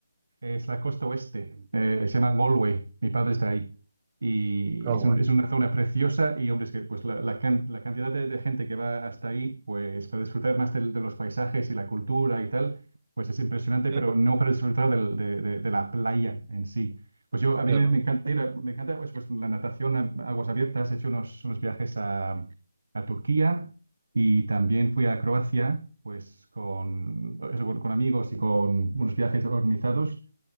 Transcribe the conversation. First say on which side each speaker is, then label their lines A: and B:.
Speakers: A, on the right; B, on the right.
A: Es la costa oeste, eh, se llama Galway, mi padre está ahí. Y
B: Galway.
A: es, un- es una zona preciosa y, hombre, es que pues, la, la can- la cantidad de, de gente que va hasta ahí, pues para disfrutar más del- de, los paisajes y la cultura y tal, pues es impresionante,
B: ¿Mm?
A: pero no para disfrutar del- de, de- de la playa en sí. Pues yo, a
B: Claro.
A: mí me, me encanta ir, a- me encanta pues, pues, la natación a aguas abiertas, he hecho unos, unos viajes a, a Turquía y también fui a Croacia, pues con, eso, con con amigos y con unos viajes organizados.